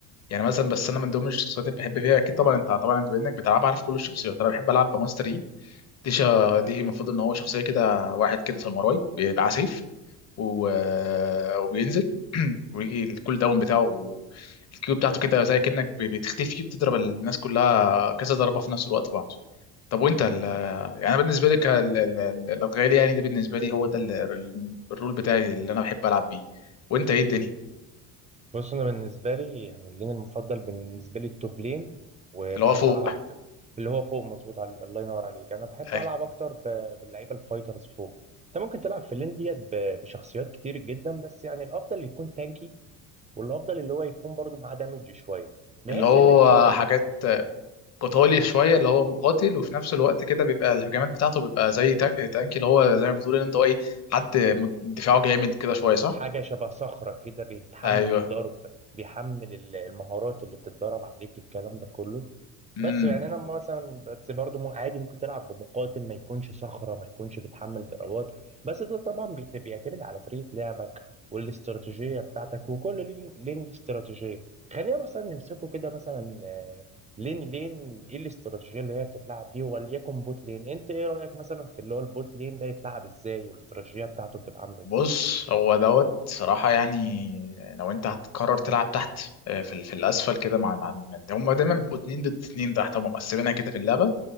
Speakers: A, on the left (about 40°); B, on the right (about 20°).
A: يعني مثلا بس انا من ضمن الشخصيات اللي بحب فيها اكيد طبعا انت طبعا انت بانك بتلعب عارف كل الشخصيات انا بحب العب بماستر يي دي شا... دي المفروض ان هو شخصيه كده واحد كده ساموراي بيبقى سيف و... وبينزل <clears throat> ويجي الكول داون بتاعه الكيو بتاعته كده زي كأنك ب- بتختفي بتضرب الناس كلها كذا ضربة في نفس الوقت بعض طب وانت ال... يعني أنا بالنسبة لك ال- ال- ال- الأدغال يعني ده بالنسبة لي هو ده ال- ال- الرول بتاعي اللي انا بحب العب بيه وانت ايه الدنيا
B: بص انا بالنسبه لي يعني اللين المفضل بالنسبه لي التوب لين وبحب
A: اللي هو فوق
B: العب اللي هو فوق مظبوط على الله ينور عليك انا بحب
A: اي
B: العب اكتر ب... باللعيبه الفايترز فوق انت ممكن تلعب في اللين ديت ب... بشخصيات كتير جدا بس يعني الافضل يكون تانكي والافضل اللي هو يكون برضه معاه دامج شويه بحيث
A: اللي هو
B: ان انت
A: حاجات قتالي شويه اللي هو مقاتل وفي نفس الوقت كده بيبقى الهجمات بتاعته بيبقى زي تا- تانك اللي هو زي ما بتقول ان انت ايه حد م- دفاعه جامد كده شويه صح
B: حاجة شبه صخرة كده بيتحمل
A: ايوه
B: الضرب بيحمل ال- المهارات اللي بتتدرب عليك الكلام ده كله
A: امم
B: بس يعني انا مثلا بس برضه مو- عادي ممكن تلعب بمقاتل ما يكونش صخرة ما يكونش بيتحمل ضربات بس ده طبعا بيت- بيعتمد على طريقة لعبك والاستراتيجية بتاعتك وكل لين لين ليه استراتيجية خلينا مثلا نمسكه كده مثلا آه، لين لين ايه الاستراتيجية اللي هي بتتلعب بيه وليكن بوت لين انت ايه رأيك مثلا في اللي هو البوت لين ده يتلعب ازاي والاستراتيجية بتاعته بتبقى عاملة ازاي
A: بص هو دوت صراحه يعني لو انت هتقرر تلعب تحت آه، في ال- في الاسفل كده مع مع هم دايما بيبقوا اتنين ضد اتنين تحت هم مقسمينها كده في اللعبه